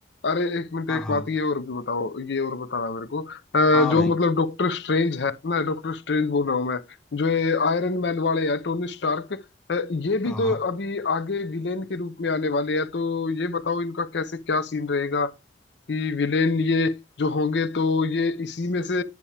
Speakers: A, on the left; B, in the centre.
A: अरे एक मिनट
B: हाँ
A: एक
B: हाँ
A: बात ये और भी बताओ ये और बताना मेरे को अ,
B: हाँ
A: जो
B: भाई
A: मतलब डॉक्टर स्ट्रेंज है ना डॉक्टर स्ट्रेंज बोल रहा हूँ मैं जो ये आयरन मैन वाले हैं टोनी स्टार्क अ, ये
B: हाँ
A: भी
B: हाँ
A: तो अभी आगे विलेन के रूप में आने वाले हैं तो ये बताओ इनका कैसे क्या सीन रहेगा कि विलेन ये जो होंगे तो ये इसी में से